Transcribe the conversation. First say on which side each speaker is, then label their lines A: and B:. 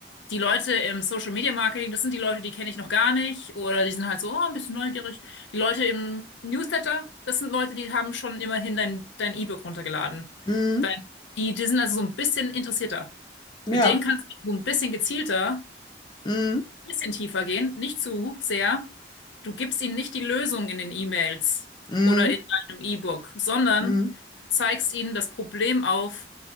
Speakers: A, on the left (about 85°); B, on the left (about 25°).
A: die Leute im Social Media Marketing, das sind die Leute, die kenne ich noch gar nicht oder die sind halt so oh, ein bisschen neugierig. Die Leute im Newsletter, das sind Leute, die haben schon immerhin dein, dein E-Book runtergeladen.
B: Mhm.
A: Dein, die, die sind also so ein bisschen interessierter. Mit
B: Ja.
A: denen kannst du so ein bisschen gezielter, ein
B: Mhm.
A: bisschen tiefer gehen, nicht zu sehr. Du gibst ihnen nicht die Lösung in den E-Mails
B: Mhm.
A: oder in deinem E-Book, sondern
B: Mhm.
A: du zeigst ihnen das Problem auf